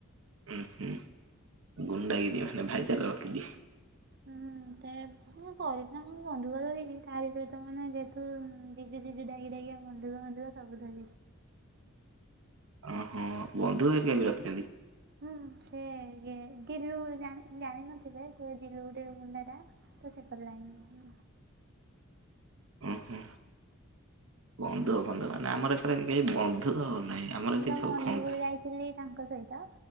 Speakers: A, on the right; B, on the right.
A: ହୁଁ ହୁଁ ଗୁଣ୍ଡଗିରି ମାନେ ଭାଇଚାରା ରଖିଛି।
B: ହୁଁ ତ ମୁଁ କହଥିଲା ମୁଁ ଗଣ୍ଡଗୋଳ କାହାରି ସହିତ ମାନେ ଯେ ତୁ ଜିଜେ ଜିଜେ ଡାକି ଡାକିଆ ବନ୍ଧୁ ମନ୍ଧୂକ ସବୁ ଧ
A: ଅ ହଁ ବନ୍ଧୁକ ହେରିକା ବି ରଖିଛନ୍ତି।
B: ହୁଁ ସେ ଇ ଦିଲୁ ଜାଣିିନଥିବେ ସେ ଦିଲୁ ଗୋଟେ ଗୁଣ୍ଡାଟା। ତ ସେପଟ ଲାଇନ୍ ହୁଁ।
A: ଓହୋ ବନ୍ଧୁ ବନ୍ଧୁ ମାନେ ଆମର ଏଥିରେ କେହି ବନ୍ଧୁକ ନାହିଁ ଆମର
B: ମୁଁ
A: ଏଠି
B: ତମ
A: ସବୁ
B: ଅନୁଗୁଳ
A: ଖଣ୍ଡା।
B: ଯାଇଥିଲି ତାଙ୍କ ସହିତ।